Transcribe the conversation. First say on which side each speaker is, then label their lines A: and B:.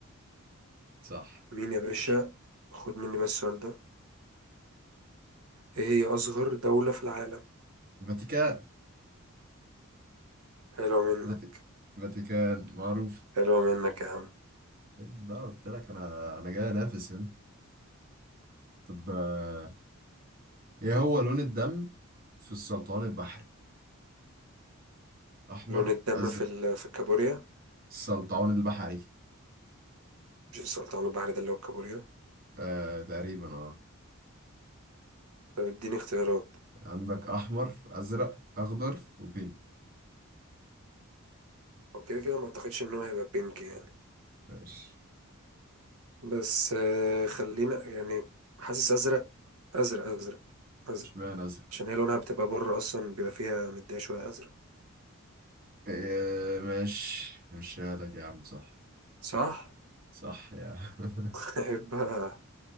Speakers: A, on the right; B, on the right.
A: صح
B: مين يا باشا
A: خش
B: خد مني بس السؤال ده إيه هي أصغر دولة في العالم؟
A: فاتيكان
B: حلوة منك
A: فاتي- فاتيكان معروف
B: حلوة منك يا عم
A: لا قلت لك انا انا جاي انافس هنا طب آه، ايه هو لون الدم في السلطعون البحري احمر
B: لون الدم
A: ازرق
B: في ال... في الكابوريا
A: السلطعون البحري
B: مش السلطان البحري ده اللي هو الكابوريا
A: آه تقريبا اه
B: طب اديني اختيارات
A: عندك احمر ازرق اخضر وبينك
B: هو كده كده ما اعتقدش ان هو هيبقى بينك يعني
A: ماشي
B: بس آه، خلينا يعني حاسس ازرق ازرق ازرق ازرق
A: اشمعنى ازرق
B: عشان هي لونها بتبقى بره اصلا بيبقى فيها مديه شويه ازرق
A: آه ماشي ماشي لك يا عم صح
B: صح
A: صح يا عم
B: <laughs> هيبقى